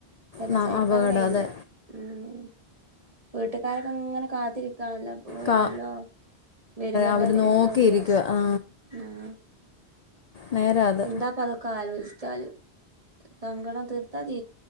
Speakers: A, on the right; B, on the left.
A: തന്നെ
B: ന-
A: സഹിക്കാൻ
B: അപകടം
A: കഴിയില്ല
B: അതെ
A: ഉം വീട്ടുകാരൊക്കെ അങ്ങനെ കാത്തിരിക്കുകാണല്ലോ പ്പ വരുവല്ലോ
B: കാ
A: വരുമല്ലോ
B: അവർ
A: വരുമല്ലോ
B: നോക്കിയിരിക്കുക
A: വിചാരിച്ച്
B: ആ
A: ആഹ്
B: നേരാ അത്
A: എന്താപ്പ അതൊക്ക ആലോചിച്ചാല് സംങ്കടം തീർത്ത തി